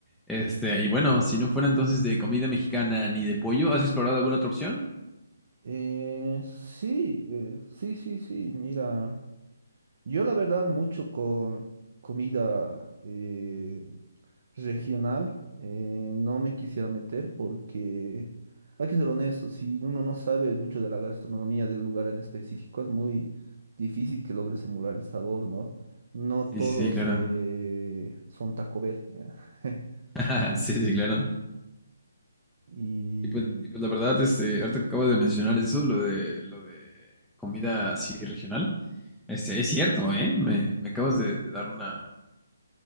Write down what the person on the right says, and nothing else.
Eh, sí, eh, sí, sí, sí, mira, yo la verdad mucho con comida eh, regional eh, no me quisiera meter porque hay que ser honesto, si uno no sabe mucho de la gastronomía del lugar en específico es muy difícil que logres emular el sabor, ¿no? No
todos
eh, son Taco Bell. <laughs>
Y